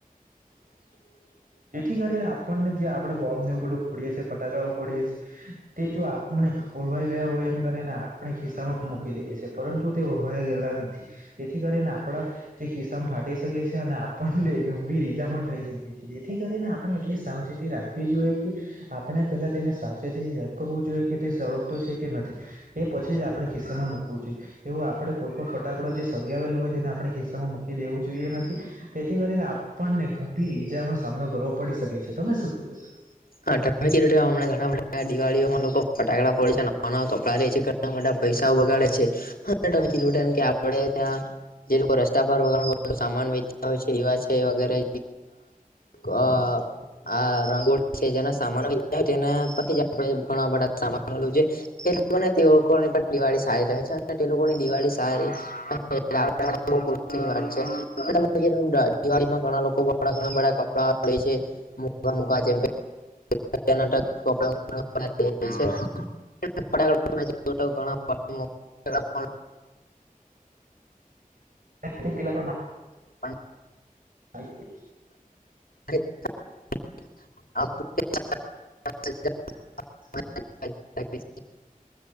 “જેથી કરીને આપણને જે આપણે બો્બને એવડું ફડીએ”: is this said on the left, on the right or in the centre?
Right